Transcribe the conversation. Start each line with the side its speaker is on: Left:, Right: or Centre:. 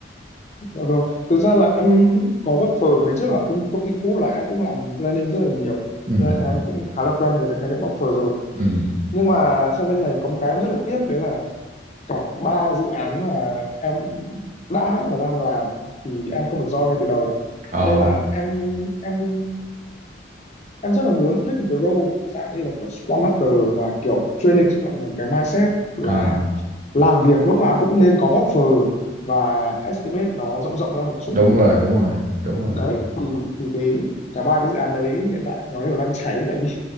Left: Dạ vâng. Thực ra là em có buffer ngày trước là công, công ty cũ là em cũng làm planning rất là nhiều.
Right: ừ
Left: Nên là em cũng khá là quen với cái khái niệm buffer rồi.
Right: ừ
Left: Nhưng mà sang bên này có một cái em rất là tiếc đấy là cả ba dự án mà em đã và đang làm thì em không được join ngay từ đầu.
Right: ờ
Left: Nên là em em em rất là muốn take một cái role dạng như là kiểu Scrum Master và kiểu training cho mọi người một cái mindset là
Right: à,
Left: làm việc lúc nào cũng nên có buffer và estimate nó rộng rộng ra một chút
Right: đúng rồi đúng rồi đúng rồi
Left: đấy thì thì cái cả ba cái dự án đấy hiện tại nó đều đang cháy tại vì